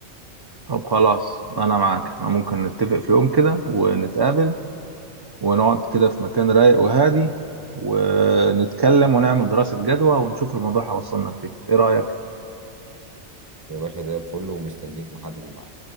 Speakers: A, on the right; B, on the right.
A: طب خلاص انا معاك احنا ممكن نتفق في يوم كده ونتقابل ونقعد كده في مكان رايق وهادي ونتكلم ونعمل دراسة جدوى ونشوف الموضوع هيوصلنا لفين ايه رأيك
B: يا باشا زي الفل ومستنيك نحدد الميعاد